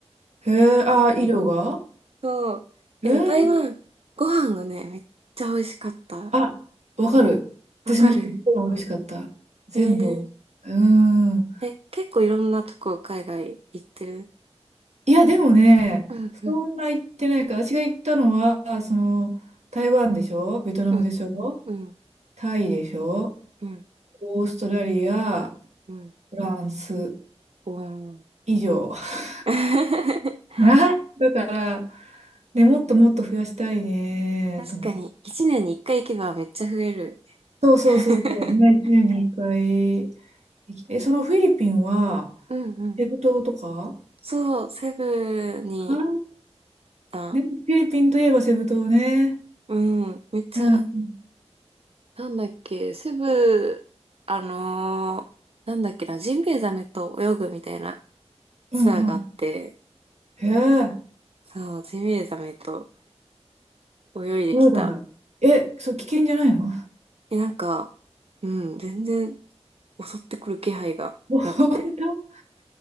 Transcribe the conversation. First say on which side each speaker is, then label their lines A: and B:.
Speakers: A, on the right; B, on the right.
A: へえ、あ、医療が
B: そう。でも台湾、
A: へえ
B: ご飯がね、めっちゃ美味しかった。
A: あ、わかる。
B: わかる
A: 私もすっごい美味しかった。全部。
B: えー、
A: うーん。
B: え、結構いろんなとこ海外行ってる
A: いや、でもね、
B: うんうん。
A: そんな行ってないから、私が行ったのは、その、台湾でしょベトナムでしょ
B: うん、うん、
A: タイでしょ
B: うん。
A: オーストラリア、
B: うん。
A: フランス
B: うん。
A: 以上。<laughs>
B: <laughs>
A: はい。だから、ね、もっともっと増やしたいね、
B: 確かに、
A: と思って。
B: 一年に一回行けばめっちゃ増えるよね。
A: そうそうそうそう、
B: <laughs>
A: ね、年に1回行きえ、そのフィリピンは、
B: うんうん。
A: ペグ島とか
B: そう、セブに、
A: ああ
B: あ、
A: ー、ね、フィリピンといえばセブ島ね。
B: うん、めっちゃ、
A: うん。うん
B: なんだっけ、セブ、あのーなんだっけな、ジンベエザメと泳ぐみたいな
A: うんうん。
B: ツアーがあって、
A: へえ。
B: そう、ジンベエザメと泳いできた。
A: そうだな。え、そう、危険じゃないの <laughs>
B: え、なんか、うん、全然襲ってくる気配がなくて。
A: 本当